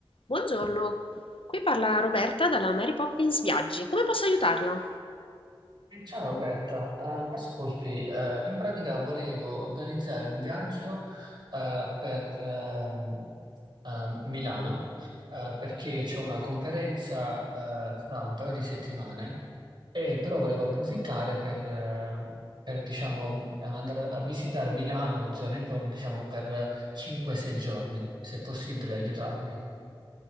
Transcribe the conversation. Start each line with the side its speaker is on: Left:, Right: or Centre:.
Left: Buongiorno, qui parla Roberta dalla Mary Poppins Viaggi. Come posso aiutarla?
Right: Eh, Ciao Roberta, Eh, ascolti, eh, in pratica volevo organizzare un viaggio eh, per ehm, ehm, Milano eh, perché c'è una conferenza eh, tra un paio di settimane e però volevo approfittare per, eh, per, diciamo, eh, andare a visitare Milano o zone intorno, diciamo, per 5-6 giorni, se è possibile aiutarmi.